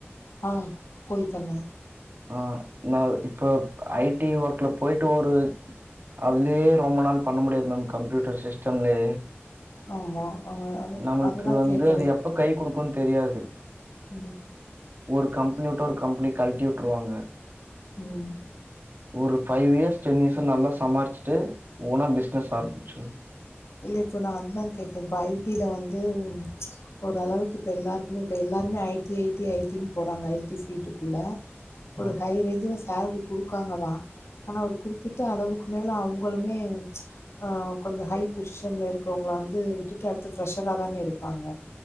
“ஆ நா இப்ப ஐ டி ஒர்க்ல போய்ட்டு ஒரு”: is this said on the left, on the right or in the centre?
Right